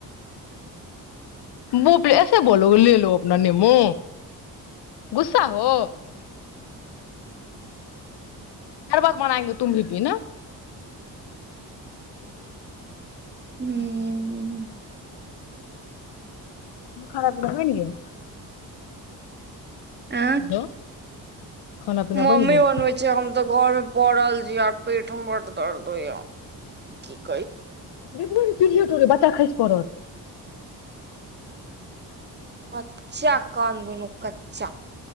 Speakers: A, on the left; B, on the right.
A: बापले ऐसे बोलो गे लो अपना नेमो गुस्सा हो। शरबत बनाएंगे तुम भी पी ना।
B: हूँ
A: अचछा खाना पीना बैन गेल।
B: ऐ
A: हेलो खाना पीना
B: मम्मी
A: बनि गेल
B: बनबै छ हम तऽ घर मे। पड़ल छी य पेट मे बड दर्द होयए क।
A: रप <unintelligible> बच्चा खैस परल।
B: अच्छा कान दुनू कच्चा